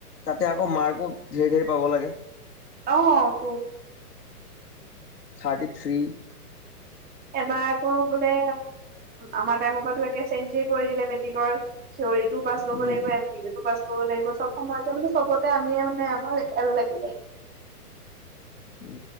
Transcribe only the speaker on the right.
অ ত
এবাৰ আকৌ বোলে আমাৰ টাইমৰ পৰা একে চেঞ্জে কৰি দিলে মেট্ৰিকৰ থৰ টো পাছ কৰিব
লাগিব এম চি ই টো পাছ কৰিব লাগিব সব সময়তে মানে চবতে আমিয়ে মানে আমাৰ এল লাগি <unintelligible> জাই